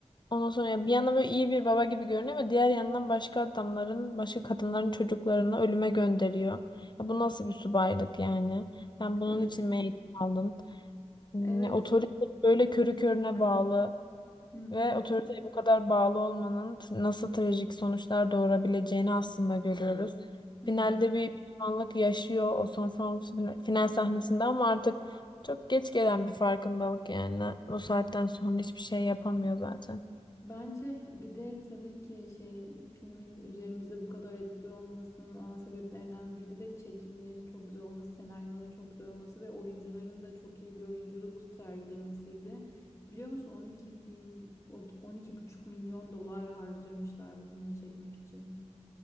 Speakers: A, on the left (about 40°); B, on the left (about 25°).
A: Ondan sonra ya bir yandan böyle iyi bir baba gibi görünüyor ama diğer yandan başka adamların, başka kadınların çocuklarını ölüme gönderiyor. Ya bu nasıl bir subaylık yani? Sen bunun
B: Evet.
A: için mi eğitim aldın? Hmm,
B: Evet.
A: Ya otorite böyle körü körüne bağlı
B: Hı hı.
A: ve otoriteye bu kadar bağlı olmanın t- nasıl trajik sonuçlar doğurabileceğini aslında görüyoruz.
B: Hı.
A: Finalde bir pişmanlık yaşıyor o son son fin- final sahnesinde ama artık çok geç gelen bir farkındalık yani. O saatten sonra hiçbir şey yapamıyor zaten.
B: Bence bir de tabii ki şey filmin üzerimizde bu kadar etkili olmasının ana sebeplerinden biri de çekimlerin çok güzel olması, senaryoların çok güzel olması ve oyuncuların da çok iyi bir oyunculuk sergilemesiydi. Biliyor musun 12 bin, 12 buçuk milyon dolar harcamışlar bu filmi çekmek için.